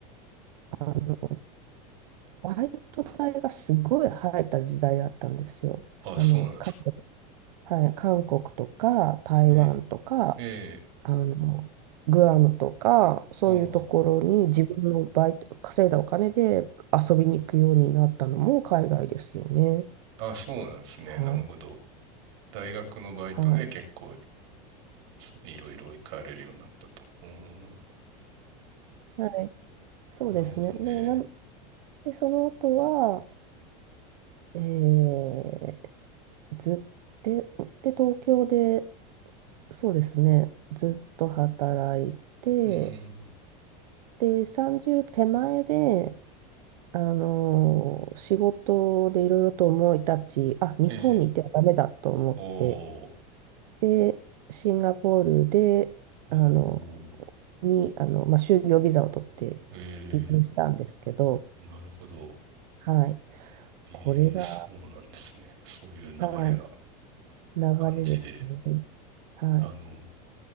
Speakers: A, on the right (about 80°); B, on the right (about 60°).
A: あの、バイト代がすごい入った時代だったんですよ。
B: あ、
A: あの、
B: そうなんですか。
A: 過去はい、韓国とか台湾とか
B: ええ、ええ、
A: あのグアムとかそういうところに自分のバイト稼いだお金で遊びに行くようになったのも海外ですよね。
B: まあ、ははあ、あ、そうなんですね。
A: はい、
B: なるほど。大学のバイトで結構、
A: はい、
B: そういろいろ行かれるようになったと。うーん。
A: はい、そうですね。
B: なるほどね。
A: で、なんでその後は、えー、ずっで、で東京でそうですねずっと働いて
B: うーん。
A: で30手前であのー仕事でいろいろと思い立ち、あ、日本にいてはダメだと思って、
B: ええ、おー。
A: で、シンガポールで、
B: お
A: あの、
B: ー、
A: に、あの、まあ、就業ビザを取って
B: え
A: 移住したんですけど、
B: え、なるほど。
A: はい。
B: えー、
A: これが、
B: そうなんですね。そういう流れな
A: はい、流れですね。
B: 感じで。
A: はい。
B: あの、